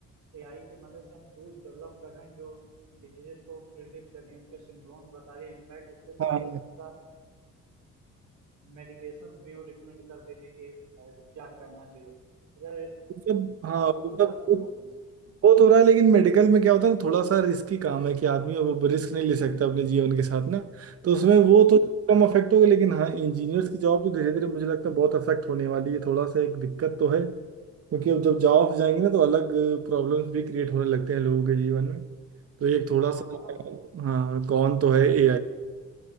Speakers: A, on the right (about 70°); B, on the right (about 50°).
A: एआई की मदद से हम टूल्स डेवलप कर रहे हैं जो डिजीजेस को प्रिडिक्ट कर रही हैं उनके सिम्टोम्स बता रही है इनफैक्ट उसके साथ
B: हाँ वो
A: साथ उसका मेडिकेशंस भी वो रिकमेंड कर दे रही हैं कि अ, क्या करना चाहिए अगर
B: सब हाँ
A: काफी
B: वो
A: ज्यादा
B: सब वो
A: प्रॉब्लम्स होती
B: तो हो रहा है लेकिन मेडिकल में क्या होता है ना थोड़ा सा रिस्की काम है कि आदमी वो रिस्क नहीं ले सकता अपने जीवन के साथ ना तो उसमें वो
A: हैं।
B: तो कम अफेक्ट होगा लेकिन हाँ इंजीनियर्स की जॉब तो धीरे धीरे मुझे लगता है बहुत अफेक्ट होने वाली है थोड़ा सा एक दिक्कत तो है क्योंकि अब जब जॉब जाएंगे ना तो अलग प्रॉब्लम्स भी क्रिएट होने लगते हैं लोगों के जीवन में तो एक थोड़ा
A: हाँ
B: सा
A: आप
B: हाँ कौन तो है एआई
A: हाँ